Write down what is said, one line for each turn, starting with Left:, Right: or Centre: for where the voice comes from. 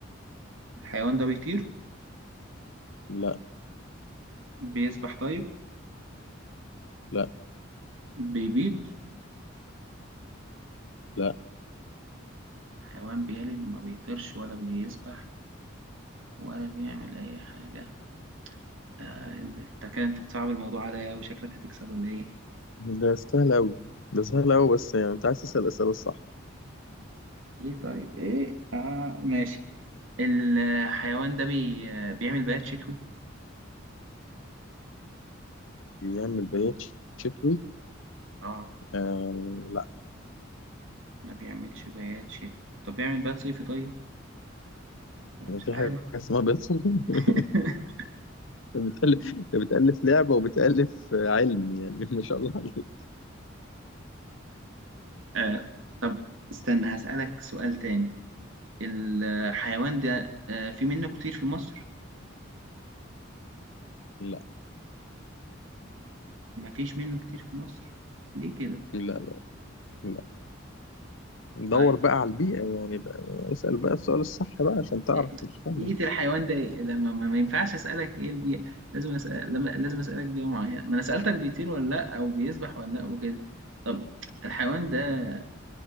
Right: الحيوان ده بيطير
Left: لا
Right: بيسبح طيب
Left: لا
Right: بيبيض
Left: لا
Right: حيوان بيلد ما بيطيرش ولا بيسبح ولا بيعمل أي حاجة آه انت كده انت بتصعب الموضوع عليا أوي شكلك هتكسب ولا ايه؟
Left: ده سهل أوي ده سهل أوي بس يعني أنت عايز تسأل الأسئلة الصح
Right: ايه طيب ايه اه ماشي الحيوان ده بي... بيعمل بيات شتوي؟
Left: يعمل بيات شتوي
Right: اه
Left: آه لا
Right: ما بيعملش بيات شتوي طب بيعمل بيات صيفي طيب؟ مش
Left: في
Right: عارف
Left: حاجة اسمها بيات صوم <laughs>
Right: <laughs>
Left: انت بتألف انت بتألف لعبة وبتألف علم يعني ما شاء الله عليك
Right: آه طب استنى هسألك سؤال تاني الحيوان ده آه في منه كتير في مصر؟
Left: لا
Right: ما فيش منه كتير في مصر ليه كده
Left: لا لا لا
Right: طيب
Left: دور بقى على البيئة يعني بقى اسأل بقى السؤال الصح بقى عشان تعرف
Right: إيه-
Left: مش فاهم
Right: بيئة الحيوان ده إيه؟ لما ما ما ينفعش أسألك إيه البيئة لازم أسأل لما لازم أسألك بيئة معينة ما أنا سألتك بيطير ولا لأ أو بيسبح ولا لأ وكده طب الحيوان ده